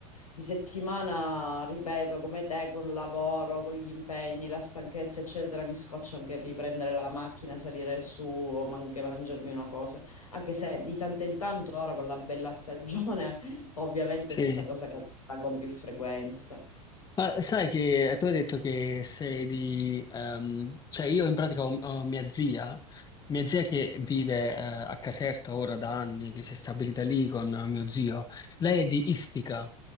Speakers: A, on the left; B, on the left.
A: di settimana, ripeto, come te, col lavoro, con gli impegni, la stanchezza, eccetera, mi scoccio anche riprendere la macchina, salire su o anche mangiarmi una cosa. Anche se di tanto in tanto ora con la bella stagione, <laughs> ovviamente
B: Sì.
A: sta cosa capita con più frequenza.
B: Ma sai che eh, tu hai detto che sei di... ehm, cioè io in pratica ho, ho mia zia, mia zia che vive eh, a Caserta ora da anni, che si è stabilita lì con mio zio. Lei è di Ispica,